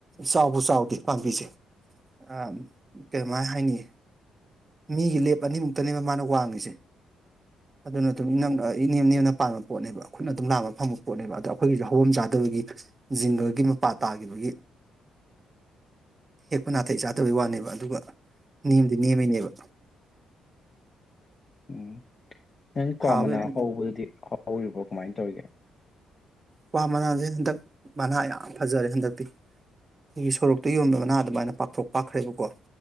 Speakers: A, on the right (about 30°); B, on the left (about 35°).
A: ꯆꯥꯎꯕꯨ ꯆꯥꯎꯗꯦ ꯄꯥꯝꯕꯤꯁꯦ ꯑꯥ ꯀꯩꯃꯥꯏꯟ ꯍꯥꯏꯅꯤ ꯃꯤꯒꯤ ꯂꯦꯞ ꯑꯅꯤꯃꯨꯛꯇꯅꯦꯕ ꯃꯥꯅ ꯋꯥꯡꯉꯤꯁꯤ ꯑꯗꯨꯅ ꯑꯗꯨꯝ ꯏ ꯅꯪꯅ ꯏꯅꯤꯌꯝ ꯅꯅꯤꯌꯝꯅ ꯑꯗꯨꯅ ꯑꯗꯨꯝ ꯏꯅꯦꯝ ꯅꯦꯝꯕ ꯄꯥꯟꯕ ꯄꯣꯠꯅꯦꯕ ꯈꯨꯠꯅ ꯑꯗꯨꯝ ꯂꯥꯝꯕ ꯐꯪꯕ ꯄꯣꯠꯅꯦꯕ ꯑꯗꯣ ꯑꯩꯈꯣꯏꯒꯤꯁꯤ ꯍꯧꯚꯝ ꯆꯥꯗꯕꯒꯤ ꯖꯤꯡꯒꯔꯒꯤ ꯃꯄꯥ ꯇꯥꯈꯤꯕꯒꯤ ꯍꯦꯛꯄ ꯅꯥꯇꯩꯩ ꯆꯥꯗꯕꯩ ꯋꯥꯅꯦꯕ ꯑꯗꯨꯒ ꯅꯦꯝꯗꯤ ꯅꯦꯝꯃꯤꯅꯦꯕ
B: ꯎꯝ ꯅꯪ
A: ꯍꯥꯎꯋꯦ
B: ꯀ꯭ꯋꯥ ꯃꯅꯥ
A: ꯑꯗꯨꯗꯤ
B: ꯍꯧꯕꯗꯨꯗꯤ ꯍꯧꯔꯤꯕꯣ ꯀꯃꯥꯏꯟ ꯇꯧꯔꯤꯒꯦ
A: ꯀ꯭ꯋꯥ ꯃꯅꯥꯁꯦ ꯍꯟꯗꯛ ꯃꯅꯥ ꯌꯥꯝ ꯐꯥꯖꯔꯦ ꯍꯟꯗꯛꯇꯤ ꯑꯩꯈꯣꯏꯒꯤ ꯁꯣꯔꯣꯛꯇ ꯌꯦꯡꯉꯨꯗꯅ ꯑꯗꯨꯃꯥꯏꯅ ꯄꯥꯛꯊꯣꯛ ꯄꯥꯛꯈ꯭ꯔꯦꯕꯀꯣ